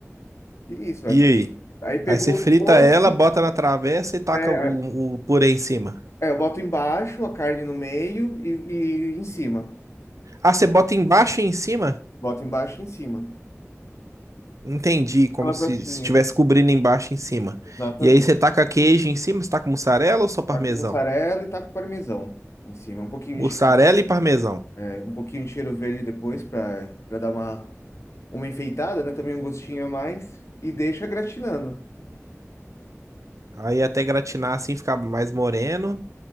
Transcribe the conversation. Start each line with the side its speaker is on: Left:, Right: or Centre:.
Left: E isso. vai-
Right: E aí?
Left: Aí pegou.
Right: Aí você frita
Left: o ponto,
Right: ela, bota na travessa e taca
Left: É,
Right: o, o purê em cima.
Left: é, eu boto embaixo, a carne no meio e, e em cima.
Right: Ah, você bota embaixo e em cima?
Left: Boto embaixo e em cima.
Right: Entendi, como
Left: Aquela
Right: se
Left: crostinha.
Right: estivesse
Left: por-
Right: cobrindo embaixo e em cima.
Left: Exatamente.
Right: E aí você taca queijo em cima, você taca mussarela ou só parmesão?
Left: Tá com mussarela e tá com parmesão em cima. Um pouquinho
Right: Mussarela
Left: de,
Right: e parmesão.
Left: é, um pouquinho de cheiro verde depois para dar uma uma enfeitada, né? Também um gostinho a mais. E deixa gratinando.
Right: Aí até gratinar assim, ficar mais moreno